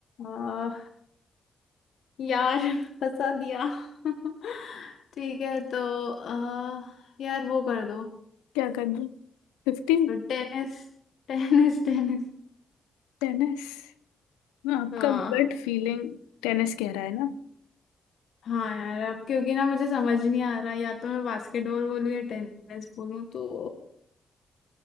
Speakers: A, on the left (about 70°); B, on the left (about 85°).
A: आ, यार फंसा दिया <laughs> ठीक है तो आ, यार वो कर दो
B: क्या कर दूँ फिफ्टी
A: टेनिस <laughs> Tennis tennis
B: टेनिस हाँ आपका
A: हाँ
B: गट फीलिंग टेनिस कह रहा है ना
A: हाँ यार अब क्योंकि ना मुझे समझ नहीं आ रहा या तो मैं बास्केटबॉल बोलूँ या टेनिस बोलूँ तो